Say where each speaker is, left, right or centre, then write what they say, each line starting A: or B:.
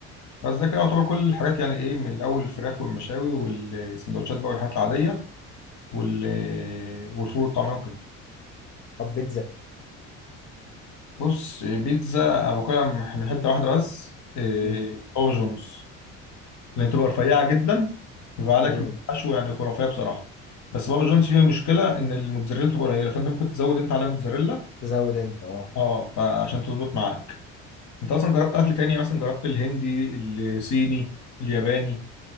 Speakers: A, on the left; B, on the left.
A: بس ده كده يعتبر كل الحاجات يعني ايه من الاول الفراخ والمشاوي والسندوتشات بقى والحاجات العاديه وال والفول والطعميه وكده
B: طب بيتزا
A: بص بيتزا أنا باكلها من من حتة واحدة بس إيه،
B: مم.
A: بابا جونز لأن بتبقى رفيعة جدا بيبقى عليك
B: مم.
A: حشو يعني خرافية بصراحة بس بابا جونز فيه مشكلة إن الموتزاريلا بتبقى قليلة فأنت ممكن تزود أنت عليها موتزاريلا
B: تزود انت اه
A: أه فعشان تظبط معاك أنت أصلا جربت أكل تاني مثلا جربت الهندي الصيني الياباني